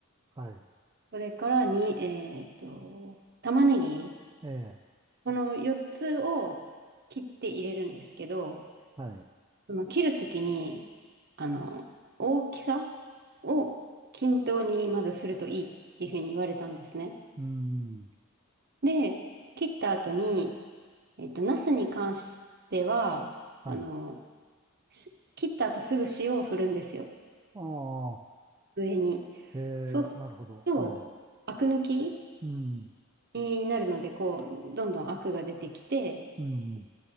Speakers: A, on the right (about 20°); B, on the right (about 45°).
A: はい。
B: それからに、えっと、玉ねぎ、
A: ええ、
B: この4つを切って入れるんですけど、
A: はい。う
B: その切るときに、あの、大きさを均等にまずするといいっていうふうに言われたんですね。
A: ん、
B: で、切った後に、えっと、ナスに関しては、
A: はい。
B: あの、し切った後すぐ塩を振るんですよ。
A: ああ、
B: 上に。
A: へえ、
B: そうすると、
A: なるほど。はい。
B: アク抜き
A: うん、
B: になるので、こう、どんどんアクが出てきて、
A: うん、